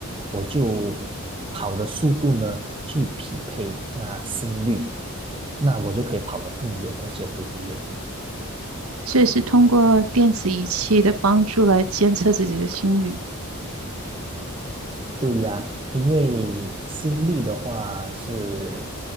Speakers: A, on the right; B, on the right.
A: 我就跑的速度呢去匹配那心率，那我就可以跑得更远，而且不会累。
B: 这也是通过电子仪器的帮助来监测自己的心率。
A: 对呀，因为心率的话是，